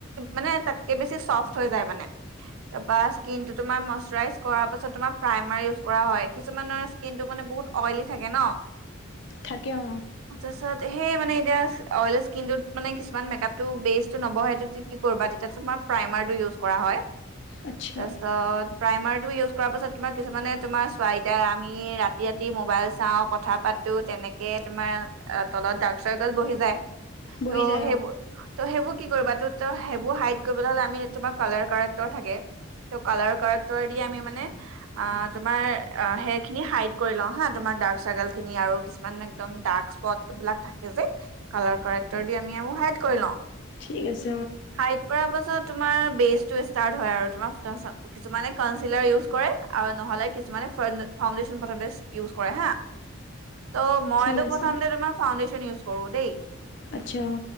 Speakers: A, on the right (about 85°); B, on the left (about 55°).
A: মানে তাতকে বেছি চফ্ট হৈ যায় মানে তাৰপৰা স্কিনটো তোমাৰ মইশৰাইজ কৰাৰ পাছত তোমাৰ প্ৰাইমাৰ ইউজ কৰা হয় কিছুমানৰ স্কিনটো মানে বহুত অইলি থাকে ন?
B: থাকে অ',
A: তাৰপিছত সেই মানে এতিয়া অইল স্কিনত মানে কিছুমান মেকআপটো বেচটো নবহেইটো কি কৰিবা তেতিয়া তুমাৰ প্ৰাইমাৰটো ইউজ কৰা হয়।
B: আচ্ছা
A: তাৰপিছত? প্ৰাইমাৰটো ইউজ কৰাৰ পাছত তোমাৰ কিছুমানে তোমাৰ চইতা আমি ৰাতি ৰাতি মোবাইল চাওঁ কথা পাতো তেনেকেই তোমাৰ তলত ডাৰ্ক চাৰ্কেল বহি যায়।
B: বহি
A: ত',
B: যায়
A: সেইব
B: অ
A: ত ', সেইব কি কৰিবা তটো ত', সেইবোৰ হাইড কৰিবলৈ হলে আমি তোমাৰ কালাৰ কাৰেক্টৰ থাকে ত কালাৰ কাৰেক্টৰ দি আমি মানে আহ তোমাৰ হেয়াৰ খিনি হাইট কৰি লওঁ হা তোমাৰ্ক চাৰ্ল খিনি আৰু কিছুমান একম ডাৰ্ক স্প এইবিলাক থাকে যে কালাৰ কক্টৰ দি আমি এইবোৰ হাই কৰি লওঁ।
B: ঠিকছে।
A: হাইট কৰা পাছত তোমাৰ বেচটো ষ্টাৰট হয় আৰু তোমাৰ। কিছুমানে কািলাৰ ইউজ কৰে আৰু নহলে কিছুমানে ফাউডেশচন প্ৰথমতে ইউজ কৰে হা ত', মইো
B: ঠিক আছে
A: প্ৰথম তোমাৰ ফাউণ্ডেশ্যন ইউজ কৰো দেই।
B: আচ্ছা অ